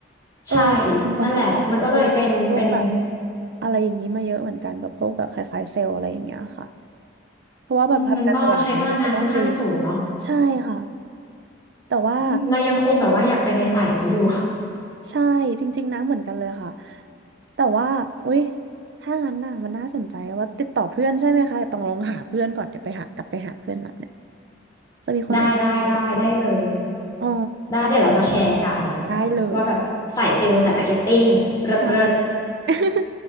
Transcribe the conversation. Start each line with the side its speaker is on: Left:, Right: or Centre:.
Right: เออจริงๆตองก็แบบคุยกับพวกแบบ
Left: ใช่นั่นแหละมันก็เลยเป็นเป็น
Right: อะไรอย่างนี้มาเยอะเหมือนกันแบบพวกแบบคล้ายๆเซลล์อะไรอย่างเงี้ยค่ะเพราะว่าแบบทำการตลาดเนาะมันก็ต้องคุย
Left: อืมมันก็ใช้พลังงานค่อนข้างสูงเนาะ
Right: ใช่ค่ะแต่ว่า
Left: อืมเรายังคงแบบว่าอยากไปในสายนี้อยู่
Right: ใช่จริงๆนะเหมือนกันเลยค่ะแต่ว่าอุ้ยถ้างั้นน่ะมันน่าสนใจว่าติดต่อเพื่อนใช่ไหมคะแต่ต้องลองหาเพื่อนก่อนเดี๋ยวไปหากลับไปหาเพื่อนนัดเนี่ย
Left: <laughs>
Right: จะมีคนไหน
Left: ได้ได้ได้ได้เลย
Right: รับผมบ้างอ๋อ
Left: ได้เดี๋ยวเรามาแชร์กัน
Right: ได้เลยค่ะ
Left: ว่าแบบสายเซลล์สายมาร์เก็ตติ้งเลิศเลิศ
Right: ใช่ <laughs>